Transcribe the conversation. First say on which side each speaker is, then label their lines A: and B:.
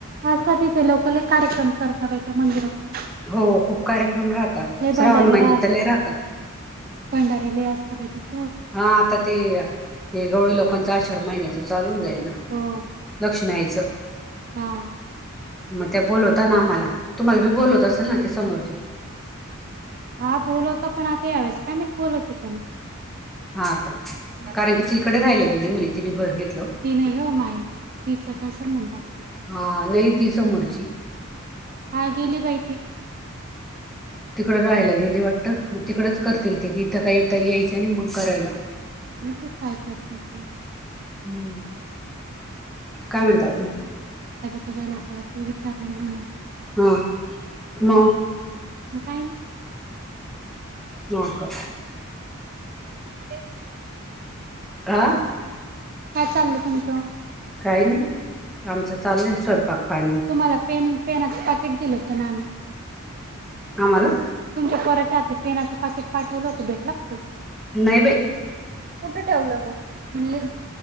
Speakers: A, on the right (about 45°); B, in the centre.
A: आजकाल तिथे लोक लय कार्यक्रम करतात बाई त्या मंदिरात
B: हो खूप कार्यक्रम राहतात
A: लय
B: श्रावण
A: भंडारे
B: महिन्यात त लय राहतात
A: भंडारे लय असतात बाई तिथे
B: हा आता ते हे गवळी लोकांचा आषाढ महिन्याच चालू होऊन जाईल
A: हो
B: लक्ष्मी आईच
A: हा
B: मग त्या बोलवता ना आम्हाला तुम्हाला बी बोलवत असेल ना ते समोरचे
A: हा बोलवत पण आता यावेस का म बोलते का
B: हा का
A: नाही
B: कारण की तिकडे राहायला गेली म्हणे तिने घर घेतल
A: ती नाही हो माई तिचा काय संबंध आहे
B: हा नाही ती समोरची
A: हा गेली बाई ती
B: तिकडं राहायला गेली वाटत मग तिकडच करतील ते इथं काय येता यायचं नाही मग करायला
A: के माहिती के करतात ते लोक
B: हम्म. काय म्हणता अजून
A: त्यांनी काय लोकांला पण विचारलेलं नव्हतं
B: हा म
A: मग काय
B: हो का
A: <inaudible>
B: हा
A: काय चालल तुमचं
B: काही नाही आमचं चाललंय स्वयंपाक पाणी
A: तुम्हाला पेन पेनाच पॅकेट दिलं होतं ना आम्ही
B: आम्हाला
A: तुमच्या पोराच्या हाती पेनाचं पाकिट पाठवलं होतं भेटल का ते
B: नाही बाई
A: कुठे ठेवलं मग म्हल्ली